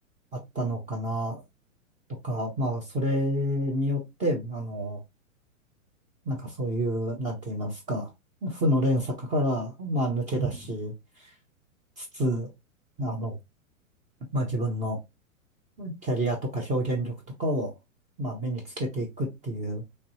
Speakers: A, on the right; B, in the centre.
A: あったのかな、とか、まあ、それによって、あの、なんかそういう、なんて言いますか、負の連鎖から、まあ、抜け出し
B: ー、うん。
A: つつ、あの、まあ、自分のキャリアとか表現力とかを、まあ、身につけていくっていう、